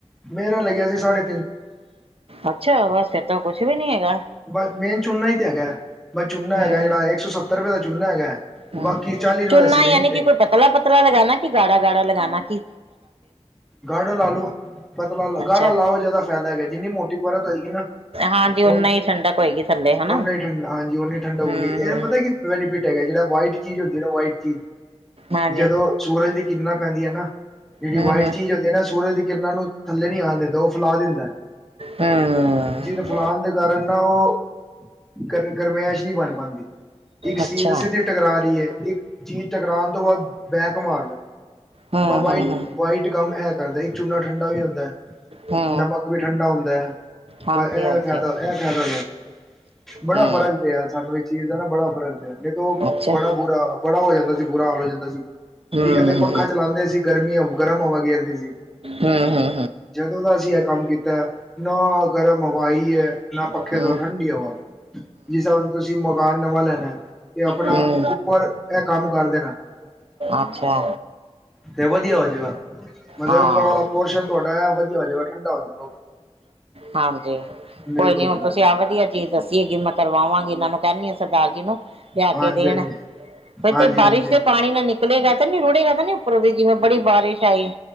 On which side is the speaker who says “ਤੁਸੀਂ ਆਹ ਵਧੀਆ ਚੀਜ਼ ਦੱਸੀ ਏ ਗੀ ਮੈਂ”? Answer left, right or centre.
Right